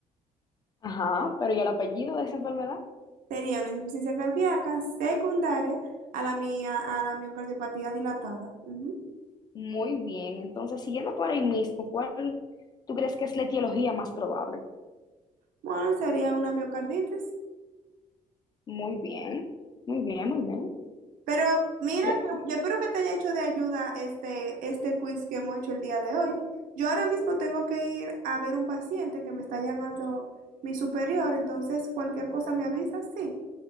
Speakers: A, on the left; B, on the right.
A: Ajá, pero ¿y el apellido de esa enfermedad?
B: Sería una insuficiencia cardíaca secundaria a la, mia- a la miocardiopatía dilatada. Ujú.
A: Muy bien, entonces siguiendo por ahí mismo, ¿cuál tú crees que es la etiología más probable?
B: Bueno, sería una miocarditis.
A: Muy bien, muy bien, muy bien.
B: Pero mira,
A: Bien.
B: que yo espero que te haya hecho de ayuda este, este quiz que hemos hecho el día de hoy. Yo ahora mismo tengo que ir a ver un paciente que me está llamando mi superior, entonces cualquier cosa me avisas, sí.